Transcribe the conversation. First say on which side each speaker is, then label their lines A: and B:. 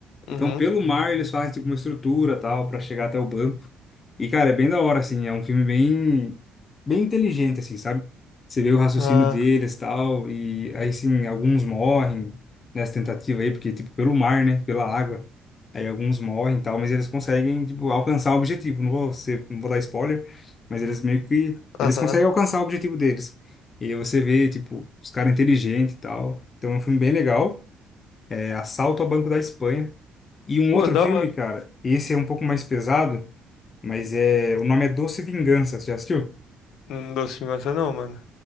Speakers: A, on the left (about 65°); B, on the left (about 25°).
A: Uhum.
B: Então, pelo mar, eles fazem tipo uma estrutura tal para chegar até o banco. E, cara, é bem da hora, assim. É um filme bem, bem inteligente, assim, sabe? Você vê o raciocínio
A: Ah,
B: deles tal. E aí, sim, alguns morrem nessa tentativa aí, porque, tipo, pelo mar, né? Pela água. Aí alguns morrem tal, mas eles conseguem, tipo, alcançar o objetivo. Não vou, ser, não vou dar spoiler, mas eles meio que. Eles
A: aham.
B: conseguem alcançar o objetivo deles. E aí você vê, tipo, os caras inteligentes e tal. Então, é um filme bem legal é Assalto ao Banco da Espanha. E um
A: Pô,
B: outro
A: da
B: filme,
A: hora.
B: cara, esse é um pouco mais pesado, mas é, o nome é Doce Vingança, você já assistiu?
A: Não dou sem essa não, mano.